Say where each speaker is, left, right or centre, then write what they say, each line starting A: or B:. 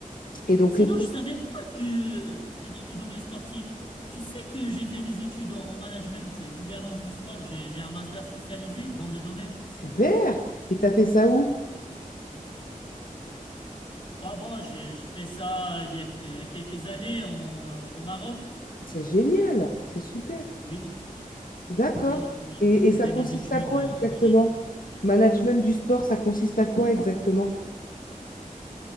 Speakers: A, on the left; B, on the left.
A: Et donc,
B: Sinon,
A: les
B: je savais pas que tu es dans le domaine sportif. Tu sais que j'ai fait mes études en, en management et gouvernance du sport. J'ai, j'ai un master spécialisé dans le domaine.
A: Super. Et t'as fait ça où?
B: Ouais, bon, j'ai j'ai fait ça il y a que- quelques années en, euh, au Maroc.
A: C'est génial. C'est super.
B: Oui,
A: D'accord.
B: oui, oui.
A: Et,
B: J'ai
A: et ça
B: fait
A: consiste
B: mes études
A: à quoi
B: en,
A: exactement?
B: en management.
A: Management du sport, ça consiste à quoi exactement?